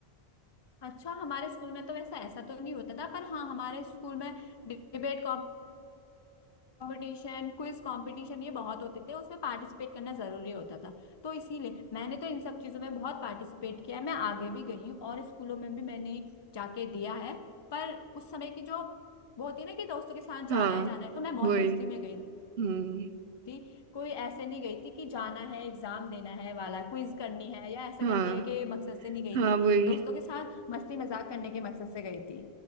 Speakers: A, on the left; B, on the right.
A: अच्छा हमारे स्कूल में तो वैसा ऐसा तो नहीं होता था पर हाँ हमारे स्कूल में डिबेट कंपटीशन क्विज कंपटीशन ये बहुत होते थे उसमें पार्टिसिपेट करना जरूरी होता था तो इसीलिए मैंने तो इन सब चीजों में बहुत पार्टिसिपेट किया है मैं आगे भी गई हूँ और स्कूलों में भी मैंने जाके दिया है पर उस समय की जो वो होती है ना कि दोस्तों के साथ जाना
B: हाँ
A: है जाना है तो मैं मौज
B: वही
A: मस्ती में गई
B: हम्म
A: थी कोई ऐसे नहीं गई थी कि जाना है एग्जाम देना है वाला क्विज करनी है या ऐसा
B: हाँ
A: करनी है कि मकसद से नहीं गई
B: हाँ
A: थी
B: वही
A: दोस्तों के साथ मस्ती मजाक करने के मकसद से गई थी